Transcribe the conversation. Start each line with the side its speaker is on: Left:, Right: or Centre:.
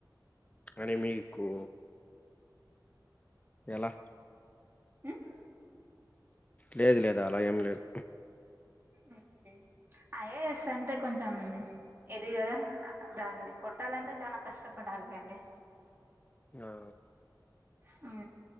Left: అని మీకు ఎలా
Right: ఉమ్
Left: లేదు లేదు అలా ఏం లేదు
Right: ఉ ఐఏఎస్ అంటే కొంచం ఇది కదా దాన్ని కొట్టాలంటే చానా కష్టపడాలి అండి
Left: ఆ
Right: ఉ